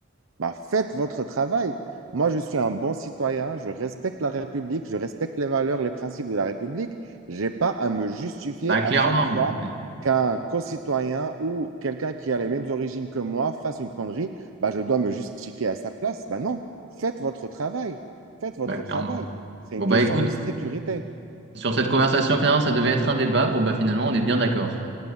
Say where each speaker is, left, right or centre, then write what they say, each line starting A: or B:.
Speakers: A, on the right; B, on the right.
A: Bah, faites votre travail. Moi, je suis un bon citoyen, je respecte la République, je respecte les valeurs, les principes de la République. J'ai pas à me justifier
B: bah clairement
A: à chaque fois
B: ouais.
A: qu'un co-citoyen ou quelqu'un qui a les mêmes origines que moi fasse une connerie. Bah, je dois me justifier à sa place. Bah non, faites votre travail. Faites votre
B: bah clairement
A: travail. C'est
B: bon
A: une
B: bah
A: question
B: écoute
A: de sécurité.
B: sur cette conversation finalement ça devait être un débat bon bah finalement on est bien d'accord